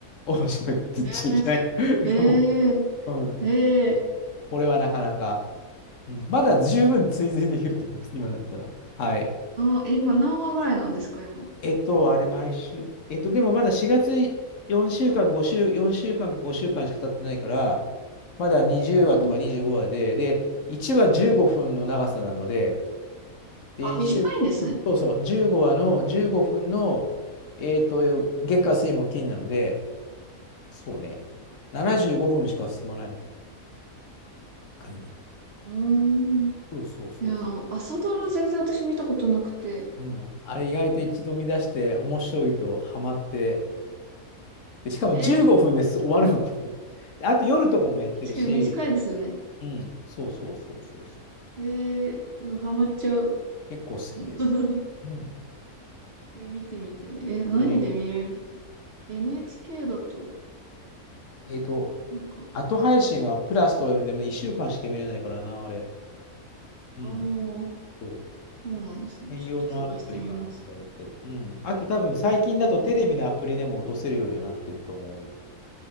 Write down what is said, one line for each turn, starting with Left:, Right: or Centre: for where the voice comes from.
Left: 面白いって言っちゃいけない。
Right: えー、え
Left: <laughs> もう、うん。
Right: ー、ええー、
Left: これはなかなか。うん、まだ十分追随できると思います、今だったら。はい。
Right: あー、今何話ぐらいなんですか、今。
Left: えっと、あれ、毎週。えっと、でもまだ4月4週間、5週、4週間か5週間しゅうかんしか経ってないから、まだ20話とか25話で、
Right: うん。
Left: で、1話15分の長さなので、で、
Right: あ、
Left: 1週、
Right: 短いんですね。
Left: そうそう、15話の15分の、えっと、月火水木金なので、そうね、75分しか進まないのかな、仮に。
Right: うーん。
Left: そうそうそうそ
Right: いや、あの朝ドラ全然私見たことなくて。
Left: う。うん、あれ意外と一度見出して面白いとハマってで、しかも15分です終わるので
Right: えー、
Left: <laughs> であと夜とかもやってるし、
Right: 確かに短いですよね。
Left: うん、そうそうそうそうそう。
Right: えー、でもハマっちゃう。
Left: 結構好きです。
Right: <laughs>
Left: うん。
Right: え、見てみたい。え、何で見れる
Left: で、
Right: ?NHK だと、
Left: えっと、
Right: なんか、
Left: 後配信はプラスとかでも1週間しか見れないからな、あれ。うん。
Right: ああ、そ
Left: そう。
Right: うなんですね。
Left: 専用のアプリかなんか入れて。
Right: ちょっと探してみます。
Left: うん。あと多分最近だとテレビのアプリでも落とせるようにはなってると思う。
Right: うん、